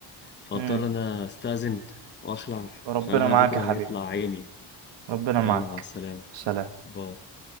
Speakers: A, on the left; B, on the right.
A: فاضطر
B: مم.
A: أنا أستأذن وأخلع
B: ربنا
A: عشان أنا
B: معاك
A: بكرة
B: يا حبيبي
A: هيطلع عيني
B: ربنا معاك
A: يلا مع السلامة
B: سلام
A: باي